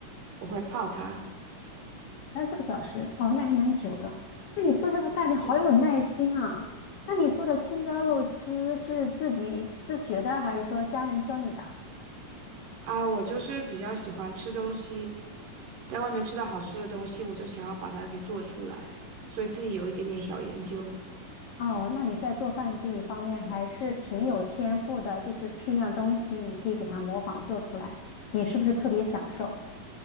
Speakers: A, on the right; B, on the left.
A: 我会泡它。
B: 三四个小时，哦，那还蛮久的。那你做这个饭，你好有耐心啊！
A: 对
B: 那你做的青椒肉丝是自己自学的，还是说家人教你的？
A: 啊，我就是比较喜欢吃东西，在外面吃到好吃的东西，我就想要把它给做出来，所以自己有一点点小研究。
B: 哦，那你在做饭这一方面还是挺有天赋的，就是吃一样东西，你可以给它模仿做出来，你是不是特别享受？